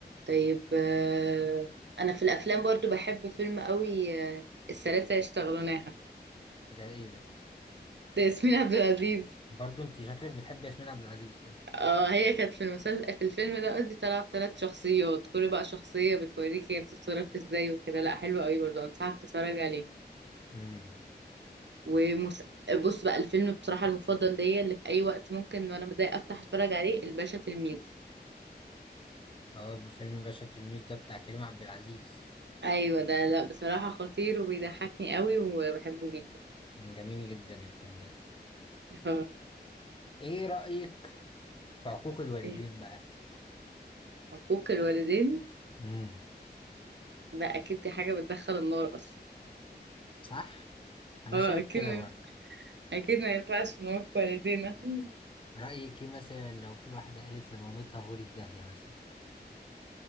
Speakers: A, on the right; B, on the left.
A: طيب آه، انا في الافلام برضو بحب فيلم قوي آه، الثلاثه يشتغلونها <laughs>
B: ده ايه ده
A: ده ياسمين عبد العزيز
B: برضو انت شكلك بتحب ياسمين عبد العزيز كده
A: اه هي كانت في المسلسل في الفيلم ده قصدي طالعه في ثلاث شخصيات كل بقى شخصيه بتوريك هي بتتصرف ازاي وكده لا حلو قوي برضو انصحك تتفرج عليه
B: امم
A: ومس... بص بقى الفيلم بصراحه المفضل ليا اللي في اي وقت ممكن وانا متضايقه افتح اتفرج عليه الباشا تلميذ
B: اه فيلم باشا تلميذ ده بتاع كريم عبد العزيز
A: ايوه ده لا بصراحه خطير وبيضحكني قوي وبحبه جدا
B: مم، جميل جدا الفيلم ده
A: <laughs> آه،
B: ايه رأيك في عقوق الوالدين
A: إيه،
B: بقى
A: حقوق الوالدين
B: امم
A: ده اكيد دي حاجة بتدخل النار اصلا
B: صح انا
A: اه
B: شايف
A: اكيد
B: كده برضه
A: اكيد ما ينفعش نوقف والدينا <laughs>
B: رأيك إيه مثلا لو في واحدة قالت لمامتها غوري في داهية مثلا